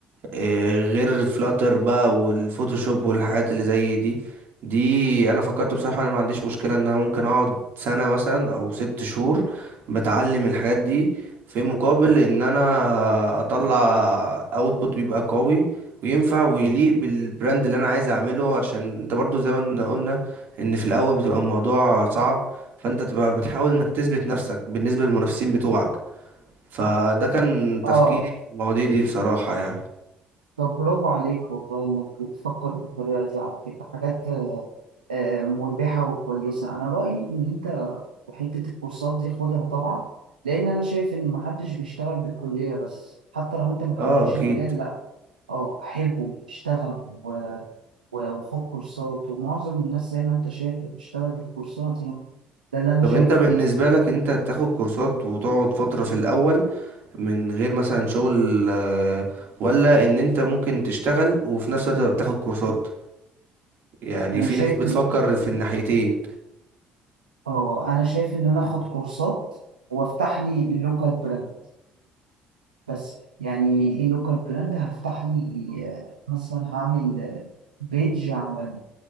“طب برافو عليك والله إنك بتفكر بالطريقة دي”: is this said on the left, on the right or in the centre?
Right